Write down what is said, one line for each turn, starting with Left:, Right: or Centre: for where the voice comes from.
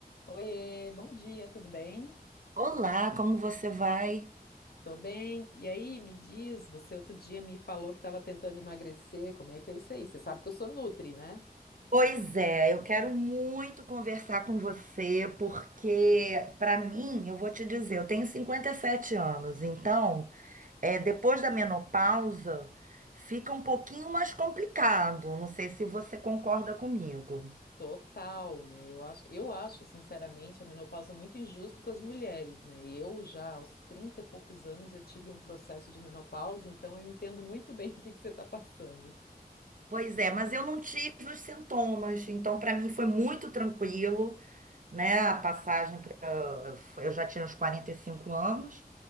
Left: Oiê, bom dia, tudo bem?
Right: Olá, como você vai?
Left: Tô bem. E aí, me diz, você outro dia me falou que estava tentando emagrecer, como é que é isso aí? Você sabe que eu sou nutri, né?
Right: Pois é, eu quero muito conversar com você, porque, para mim, eu vou te dizer, eu tenho 57 anos, então, é, depois da menopausa, fica um pouquinho mais complicado. Não sei se você concorda comigo.
Left: Total, né? Eu acho, eu acho, sinceramente, a menopausa muito injusto com as mulheres, né? E Eu já, aos 30 e poucos anos, eu tive um processo de menopausa, então eu entendo muito bem <laughs> o que que você está passando.
Right: Pois é, mas eu não tive os sintomas, então, para mim, foi muito tranquilo, né? A passagem para. Eu já tinha uns 45 anos.